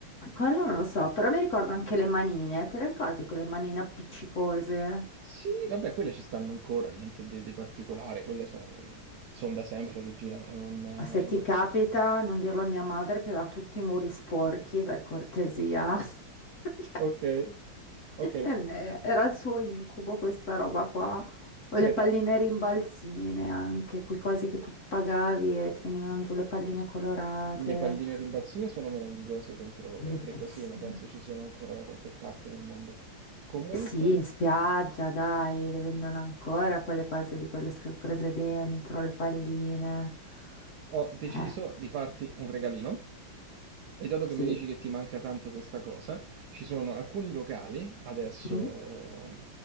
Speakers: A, on the left; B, on the right.
A: Quello non lo so, però mi ricordo anche le manine. Te le ricordi quelle manine appiccicose?
B: Sì, vabbè, quelle ci stanno ancora, niente di, di particolare, quelle sono da sempre che girano, non è-
A: Ma Se ti
B: no.
A: capita, non dirlo a mia madre che aveva tutti i muri sporchi, per cortesia. <laughs>
B: Ok, ok.
A: Eh beh, Era il suo incubo questa roba qua, o
B: Senti,
A: le palline rimbalzine anche, quei cosi che tu pagavi e ti venivano giù le palline colorate,
B: Le palline rimbalzine sono meravigliose dentro
A: bellissime.
B: le, le cosine, penso ci siano ancora da qualche parte nel mondo. Comunque,
A: Sì, in spiaggia, dai, le vendono ancora quelle cose lì con le sorprese dentro, le palline.
B: ho deciso
A: Eh,
B: di farti un regalino. E dato che
A: sì.
B: mi dici che ti manca tanto questa cosa, ci sono alcuni locali adesso
A: Mm,
B: mm,